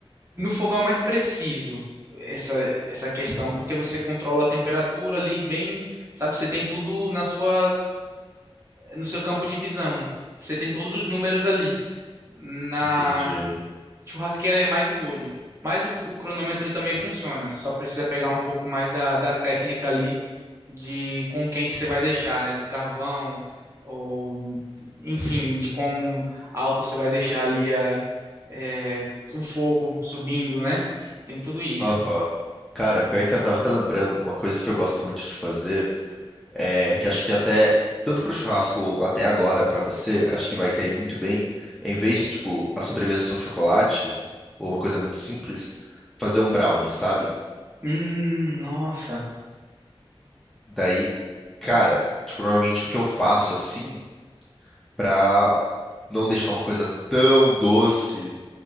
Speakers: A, on the right; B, in the centre.
A: No fogão é mais preciso essa, essa questão, porque você controla a temperatura ali bem, sabe? Você tem tudo na sua, no seu campo de visão. Você tem todos os números ali. Na
B: entendi.
A: Churrasqueira é mais no olho. Mas o, o cronômetro também funciona. Você só precisa pegar um pouco mais da, da técnica ali de com o quente você vai deixar, né? Do carvão, ou enfim, de quão alto você vai deixar ali a, é, o fogo subindo, né? Tem tudo isso.
B: Aham. Cara, pior que eu tava até lembrando, uma coisa que eu gosto muito de fazer é que acho que até, tanto pro churrasco ou até agora pra você, acho que vai cair muito bem, em vez de, tipo, a sobremesa ser um chocolate, ou uma coisa muito simples, fazer um brownie, sabe?
A: Hum, nossa.
B: Daí, cara, tipo, normalmente o que eu faço assim. Pra não deixar uma coisa tão doce